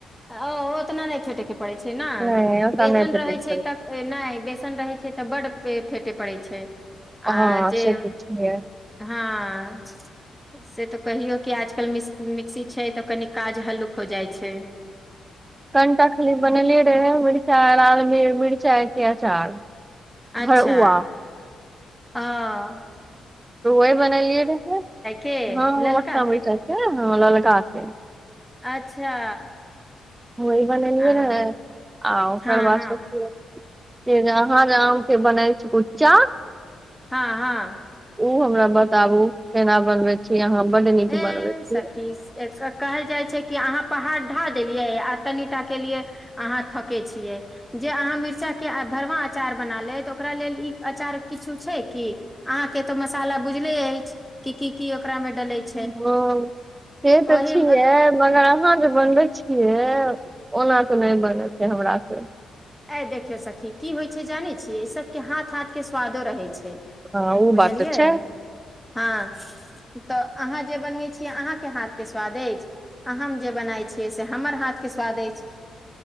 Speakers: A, in the centre; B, on the right (about 20°).
A: ओ ओतना नई फेंटे के पड़ैई छैइ ना
B: नहि ओकरा
A: बेसन
B: नहि भेटैत
A: रहै छै तऽ नहि बेसन रहैय तऽ बड्ड फेंटे पड़ैइ छैइ
B: हँ
A: आ जे
B: से तऽ छियै
A: हां से तऽ कहियौ कि आजकल मिसक मिक्सी छै तऽ कनि काज हल्लुक हो जाइ छैइ
B: कनिटा खाली बनले रहैइ मिरचाइ और मिरचाइके अचार
A: अच्छा
B: भरुआ
A: हंअ
B: तऽ वही बनेलियै रहै
A: के
B: हँ मोटका
A: ललका
B: मिर्चाइ के ह ललका के
A: अच्छा
B: वहीं बनेलियै
A: अ हँ
B: रहए आ ओकर
A: हँ
B: बाद सोचिय से जे अहाँ जे आमके बनै छी कुच्चा
A: हँ हँ
B: उ हमरा बताबु केना बनबै छी अहाँ बड्ड नीक
A: ए
B: बनबै छी
A: सखी ए क कहल जाइ छै कि अहाँ पहाड़ ढ़ाह देलियै आ तनि टा के लिए अहाँ थकै छियै जे अहाँ मिर्जा के आ भरमार अचार बना ले तऽ ओकरा लेल ई अचार किछु छै कि अहाँके तऽ मसाला बुझले अछि की की की ओकरा मे डले छै
B: हँ से तऽ
A: ओहि
B: छियै मगर अहाँ जे बनबै छियै ओना त नहि बनै छै हमरा से
A: ए देखियो सखी की होय छै जाने छिये इ सब के हाथ हाथ के स्वादो रहे छै छै
B: हँ ओ
A: बुझलियै
B: बात तऽ छै
A: हँ तऽ अहाँ जे बनबैत छियै अहाँके हाथके स्वाद अछि आ हम जे बनाइ छियै से हमर हाथके स्वाद अछि